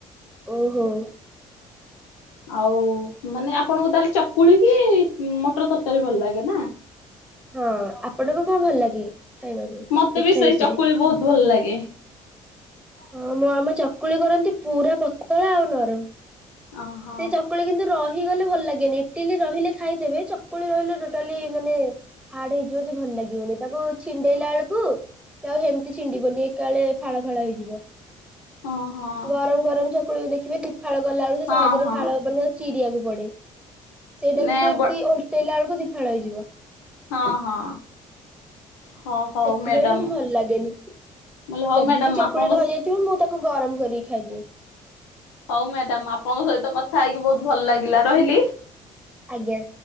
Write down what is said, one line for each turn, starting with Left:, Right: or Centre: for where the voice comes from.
Centre: ଓହୋ।
Left: ଆଉ ମାନେ ଆପଣଙ୍କୁ ତାହେଲେ ଚକୁଳି କି ମଟର ତରକାରୀ ଭଲ ଲାଗେ ନା?
Centre: ହଁ ଆପଣଙ୍କୁ କଣ ଭଲ ଲାଗେ? ଖାଇବାକୁ
Left: ମତେ
Centre: ପିଠା
Left: ବି ସେଇ
Centre: ଭିତରେ?
Left: ଚକୁଳି ବହୁତ ଭଲ ଲାଗେ।
Centre: ହଁ ମୋ ମାମା ଚକୁଳି କରନ୍ତି ପୁରା ପତଳା ଆଉ ନରମ।
Left: ଓହୋ
Centre: ସେ ଚକୁ କିନ୍ତୁ ରହିଗଲେ ଭଲ ଲାଗେନି ଇଟିଲି ରହିଲେ ଖାଇଦେବେ ଚକୁଳି ରହିଲେ ଟୋଟାଲି ମାନେ ହାଡ ହେଇଯିବ ଯେ ଭଲ ଲାଗିବନି ତାକୁ ଛିଣ୍ଡେଇଲା ବେଳକୁ ସେ ଆଉ ହେମିତି ଛିଣ୍ଡିବନି ଏକାବେଳେ ଫାଳ ଫାଳ ହେଇଯିବ।
Left: ଓହୋ
Centre: ଗରମ ଗରମ ଚକୁଳିକୁ ଦେଖିବେ ଦି ଫାଳ ଗଲା ବେଳ ସେ
Left: ହଁ
Centre: ସହଜରେ
Left: ହଁ
Centre: ଫାଳ ହବନି। ଚିରିିବାକୁ ପଡେ ସେଇଟା
Left: ନେ
Centre: କିନ୍ତୁ ଏମିତି
Left: ବ
Centre: ଓଲଟେଇଲା ବେଳକୁ ଦିଫାଳ ହେଇଯିବ।
Left: ହଁ ହଁ। ହଁ ହଉ
Centre: ସେଥିପାଇଁ
Left: ମ୍ୟାଡାମ
Centre: ମତେ ଭଲ ଲାଗେନି,
Left: ମୁଁ କହିଲି ହଉ
Centre: ଯଦି
Left: ମ୍ୟାଡାମ
Centre: ବି ଚକୁଳି
Left: ଆପଣଙ୍କ
Centre: ରହିଯାଇ ଯୋଉ ମୁଁ ତାକୁ ଗରମ କରିକି ଖାଇଦିଏ।
Left: ହଉ ମ୍ୟାଡାାମ ଆପଣଙ୍କ ସହିତ କଥା ହେଇକି ବହୁତ ଭଲ ଲାଗିଲା ରହିଲି।
Centre: ଆଜ୍ଞା।